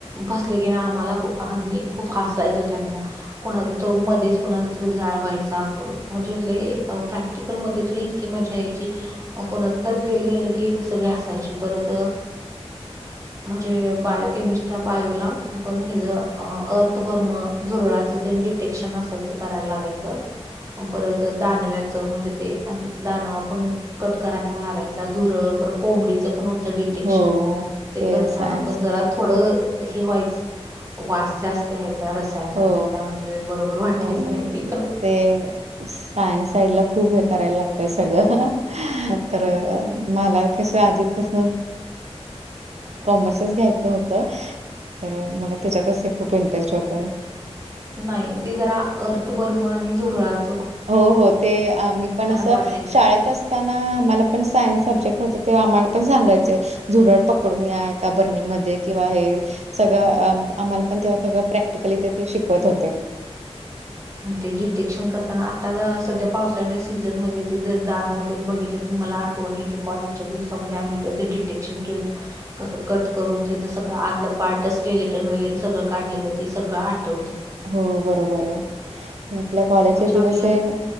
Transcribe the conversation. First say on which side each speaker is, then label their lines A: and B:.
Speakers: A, on the right (about 30°); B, on the right (about 80°).
A: बसले की नाही आम्हाला आम्ही खूप फास जायचो त्यांना. कोणाचा तो मध्येच कोणाचा तर जाळा पैसा म्हणजे लयी प्रॅक्टिकल मध्ये त इतकी मजा येते कोणा फेल गेलं की सगळे हासायची परत म्हणजे बायोकमिस्ट्रा बायोला पण हे ज अर्थपर्म जुरळाचं प्रतेशन असयचं करायला लागाचं. परत दानव्याच म्हणजे ते दानव आपण कट करायला लागायचं. झुरळ कोंबडीच पण होतं डिटेक्शन
B: हो
A: ते करताना
B: सायन्स
A: पण जरा थोड हे व्हायचं वास जास्त यायचा रसायन
B: हो
A: त्या बरोबर वाटत
B: हो
A: नाही ते.
B: ते सायन्स साईड ला खूप हे करायला लागतय सगळं तर मला कसं आधीपास कॉमर्सच घ्यायचं होत. तर मला त्याच्यातच हे खूप इंटरेस्ट होत.
A: नाही ते जरा अर्थवर्म आणि झुरळात
B: हो हो ते आम्ही पण असं
A: वाटायचं
B: शाळेतच असताना आम्हाला पण सायन्स सब्जेक्ट होत तेव्हा आम्हाला पण सांगायच झुरड पकडून या एका बर्णीमध्ये किंवा हे सगळं आम्हाला पण तेव्हा सगळं प्रॅक्टिकली तेथे शिकवत होते.
A: ते डिटेक्शन करताना आता सध्या पावसाच्या सीझनमध्ये ते जर दाानमध्ये बघितले मला आणि इथे कॉलेजच्या दिवसामध्ये आम्ही त्याचे डिटेक्शन केलत. कसं कट करून त्याच सगळं आतलं पार्टच केले स्केलेटन वगैरे सगळं काढलेलं ते सगळं आठवत.
B: हो बरोबर आहे आपल्या कॉलेजचे
A: म्हणजे
B: दिवस
A: आपल्याला
B: आहे.